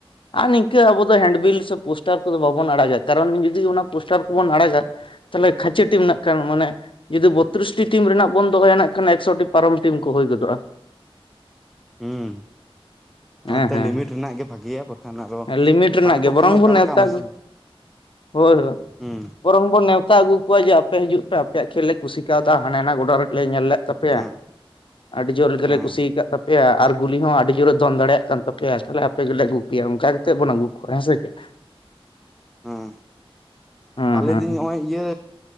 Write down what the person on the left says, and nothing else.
ᱟᱨ ᱱᱤᱝᱠᱟᱹ ᱟᱵᱚ ᱫᱚ ᱦᱮᱱᱰ ᱵᱤᱞ ᱥᱮ ᱯᱳᱥᱴᱟᱨ ᱠᱚᱫᱚ ᱵᱟᱵᱚᱱ ᱟᱲᱟᱜᱟ ᱠᱟᱨᱚᱱ ᱡᱩᱫᱤ ᱚᱱᱟ ᱯᱳᱥᱴᱟᱨ ᱠᱚᱵᱚᱱ ᱟᱲᱟᱜᱟ ᱛᱟᱦᱚᱞᱮ ᱠᱷᱟᱹᱪᱮ ᱴᱤᱢ ᱱᱟᱜ ᱠᱷᱟᱱ ᱢᱟᱱᱮ ᱡᱩᱫᱤ ᱵᱚᱛᱛᱨᱤᱥ ᱴᱤ ᱴᱤᱢ ᱨᱮᱱᱟᱜ ᱵᱚᱱ ᱫᱚᱦᱚᱭᱟ ᱮᱱᱟᱜ ᱠᱷᱟᱱ ᱮᱠᱥᱚᱴᱤ ᱯᱟᱨᱚᱢ ᱴᱤᱢ ᱠᱚ ᱦᱩᱭ ᱜᱚᱫᱚᱜᱼᱟ᱾
ᱦᱮᱸ
ᱦᱮᱸ
ᱦᱮᱸ ᱞᱤᱢᱤᱴ ᱨᱮᱱᱟᱜ
ᱜᱮ
ᱵᱚᱨᱚᱝ
ᱵᱚᱱ ᱱᱮᱣᱛᱟ
ᱟᱹᱜᱩ ᱦᱳᱭ ᱦᱳᱭ
ᱵᱚᱨᱚᱝ ᱵᱚᱱ ᱱᱮᱣᱛᱟ ᱟᱹᱜᱩ ᱠᱚᱣᱟ ᱡᱮ ᱟᱯᱮ ᱦᱤᱡᱩᱜ ᱯᱮ ᱟᱯᱮ ᱠᱷᱮᱹᱞ ᱞᱮ ᱠᱩᱥᱤ ᱠᱟᱣᱫᱟ ᱦᱟᱱᱮ ᱦᱟᱱᱟ ᱜᱚᱰᱟ ᱨᱮᱞᱮ ᱧᱮᱞ ᱞᱮᱫ ᱛᱟᱯᱮᱭᱟ
᱾ ᱟᱹᱰᱤ ᱡᱳᱨ ᱜᱮᱞᱮ
ᱠᱩᱥᱤᱠᱟᱫ ᱛᱟᱯᱮᱭᱟ ᱟᱨ ᱜᱩᱞᱤ ᱦᱚᱸ ᱟᱹᱰᱤ ᱡᱳᱨᱮ ᱫᱚᱱ ᱫᱟᱲᱮᱭᱟᱜ ᱠᱟᱱ ᱛᱟᱯᱮᱭᱟ ᱛᱟᱦᱞᱮ ᱟᱯᱮ ᱜᱮᱞᱮ ᱟᱹᱜᱩ ᱯᱮᱭᱟ ᱚᱱᱠᱟ ᱠᱟᱛᱮᱫ ᱵᱚᱱ ᱟᱹᱜᱩ ᱠᱚᱣᱟ ᱦᱮᱸ ᱥᱮ ᱪᱮᱫ᱾
ᱦᱮᱸ
ᱦᱮᱸ